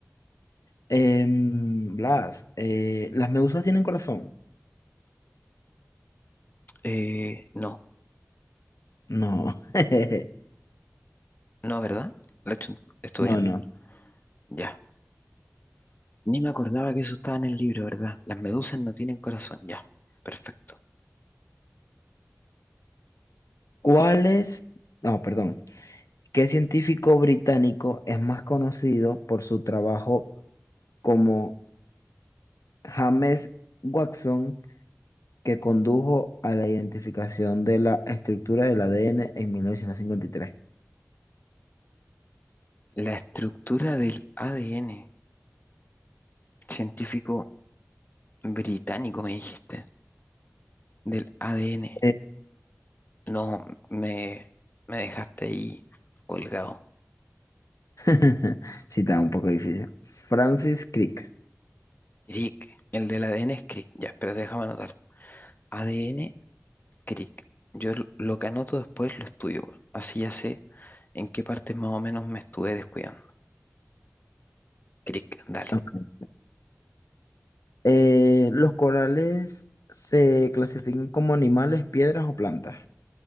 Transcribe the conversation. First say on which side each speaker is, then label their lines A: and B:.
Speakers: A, on the left; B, on the left.
A: Em, Blas, eh, ¿las medusas tienen corazón?
B: Eh, no,
A: No, <laughs>
B: no, ¿verdad? ¿Lo he hecho- ¿Estuvo
A: no,
B: bien?
A: no.
B: Ya. Ni me acordaba que eso estaba en el libro, ¿verdad? Las medusas no tienen corazón, ya. Perfecto.
A: ¿Cuál es? No, perdón. ¿Qué científico británico es más conocido por su trabajo como... James Watson, que condujo a la identificación de la estructura del ADN en 1953.
B: La estructura del ADN, científico británico, me dijiste, del ADN.
A: Eh,
B: No, me, me dejaste ahí colgado.
A: <laughs> Sí, está un poco difícil. Francis Crick.
B: Crick. El del ADN es Crick. Ya, espera, déjame anotar. ADN, Crick. Yo l- lo que anoto después lo estudio. weón. Así ya sé en qué partes más o menos me estuve descuidando. Crick, dale.
A: Ok. Eh, los corales se clasifican como animales, piedras o plantas.